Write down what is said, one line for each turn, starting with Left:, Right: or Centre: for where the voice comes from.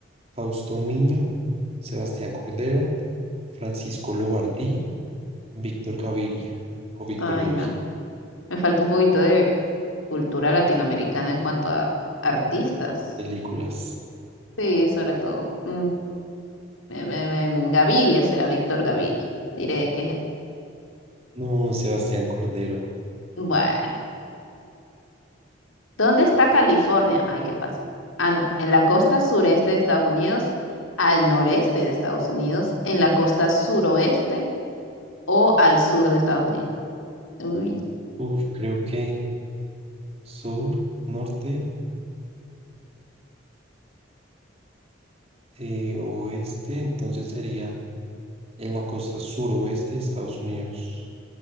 Right: Fausto Miño, Sebastián Cordero, Francisco Lobardí, Víctor Gaviria o Víctor
Left: Ay,
Right: Gaviria.
Left: no. Me falta un poquito de cultura latinoamericana en cuanto a artistas.
Right: Películas.
Left: Sí, sobre todo. Mm, me- me- me- Gaviria será Víctor Gaviria. Diré que es él.
Right: No, Sebastián Cordero.
Left: Bueno. ¿Dónde está California? Ay, qué fácil. Ah, no, en la costa sureste de Estados Unidos, al noreste de Estados Unidos, en la costa suroeste o al sur de Estados Unidos. Uy,
Right: Uf, creo que. sur, norte, eh, oeste, entonces sería en la costa suroeste de Estados Unidos.